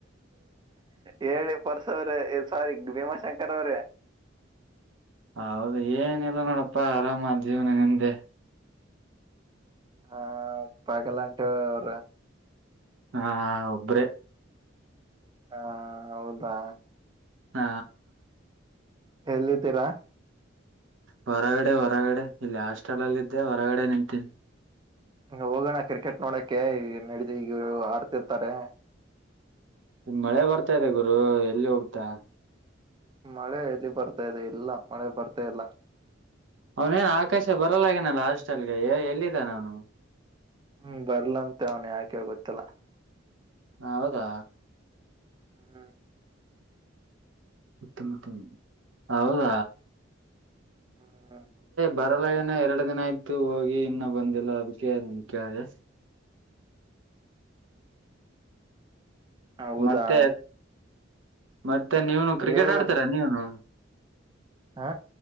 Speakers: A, on the right; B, on the right.
A: ಹೇಳಿ ಪರ್ಸ ಅವ್ರ ಸಾರಿ ಭೀಮಾಶಂಕರ್ ಅವ್ರೆ
B: <inaudible> ಹೌದು ಏನಿಲ್ಲ ನೋಡಪ್ಪಾ ಆರಾಮ ಜೀವನ ನಿಂದೆ
A: ಹ ಪಗಲಂಟ <unintelligible>
B: ಹ ಒಬ್ರೆ
A: ಹಾ ಹೌದಾ
B: ಹಾ
A: ಎಲ್ಲಿದ್ದೀರಾ
B: ಹೊರಗಡೆ ಹೊರಗಡೆ ಇಲ್ಲಿ ಹಾಸ್ಟೆಲ್ ಅಲ್ಲಿ ಇದ್ದೆ ಹೊರಗಡೆ ನಿಂತೀನಿ
A: ಹೋಗೋಣ ಕ್ರಿಕೆಟ್ ನೋಡಕ್ಕೆೆ ನಡಿದು ಈಗರು ಆಡ್ತಿರ್ತಾರೆ.
B: ಮಳೆ ಬರ್ತಾ ಇದೆ ಗುರು ಎಲ್ಲಿ ಹೋಗ್ತಾ.
A: ಮಳೆ ಎಲ್ಲಿ ಬರ್ತಾ ಇದೆ ಇಲ್ಲ ಮಳೆ ಬರ್ತಾ ಇಲ್ಲ.
B: ಅವನೇನ್ ಆಕಾಶ ಬರಲ್ಲಾಗನಲ್ಲ ಹಾಸ್ಟೆಲ್ಗೆ ಎಲ್ಲಿದ್ದಾನ ಅವನು.
A: ಹ್ಮ್ ಬರ್ಲಂತ ಅವ್ನ ಯಾಕೆ ಗೊತ್ತಿಲ್ಲ.
B: ಹೌದಾ.
A: ಹ್ಮ್
B: ಉತ್ತಮ ಹೌದಾ.
A: ಹ್ಮ್
B: ಬರಲ್ಲ ಏನ ಎರಡು ದಿನ ಆಯ್ತು ಹೋಗಿ ಇನ್ನ ಬಂದಿಲ್ಲ ಅದಕ್ಕೆ ಕೇಳದೆ.
A: ಹೌದಾ.
B: ಮತ್ತೆ ಮತ್ತೆ ನೀವನು ಕ್ರಿಕೆಟ್
A: ಹೇಳ್ಬೇಕ್
B: ಆಡ್ತಾರಾ ನೀವನು.
A: ಹಾ